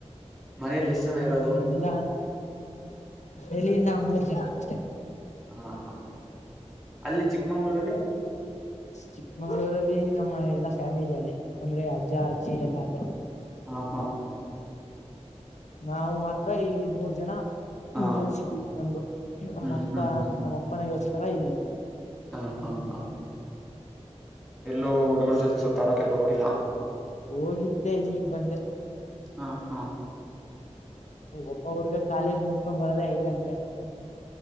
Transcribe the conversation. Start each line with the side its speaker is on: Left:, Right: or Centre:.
Centre: ಮನೇಲಿ ಎಷ್ಟ ಜನ
Left: ಹ್ಮ್
Centre: ಇರೋದು
Left: ಇಲ್ಲ ಇಲ್ಲಿ ನಾವ್ ಮೂರ್ ಜನ ಅಷ್ಟೆ
Centre: ಹಾ ಹಾ ಅಲ್ಲಿ ಚಿಕ್ಕಮಂಗ್ಳೂರಲ್ಲಿ
Left: ಚಿಕ್ಕಮಂಗ್ಳೂರಲ್ಲಿ ನಮ್ಮ ಎಲ್ಲಾ ಫ್ಯಾಮಿಲಿ ಅಲ್ಲೇ ಅಂದ್ರೆ ಅಜ್ಜ ಅಜ್ಜಿ ಎಲ್ಲ ಅಲ್ಲೆ
Centre: ಹಾ ಹಾ
Left: ನಾವು ಮಾತ್ರ ಇಲ್ಲಿ ಮೂರ್ ಜನ
Centre: ಹ
Left: ಎಲ್ಸಿದ್ವಿ ಒಂದು ನಮ್ಮಪ್ಪ
Centre: ಹ್ಮ್ ಹ್ಮ್
Left: ನಮ್ಮ ಅಪ್ಪನಗೋಸ್ಕರ ಇಲ್ಲ ಇದ್ವಿ
Centre: ಹಾ ಹಾ ಹಾ ಎಲ್ಲೋ ಹುಡುಗರ್ ಜೊತೆ ಸುತ್ತಾಡಕ ಎಲ್ಲ ಹೋಗಿಲ್ಲ
Left: ಹೋಗಿದ್ದೆ ಈಗ್ ಬಂದೆ
Centre: ಹಾ ಹಾ <inaudible>
Left: ಒಬ್ಬ ಹುಡ್ಗ ಕಾಲೇಜ್ ಮುಗಸ್ಕೊಂಡ್ ಬರೋದೆೇ ಐದ್ ಗಂಟೆ <inaudible>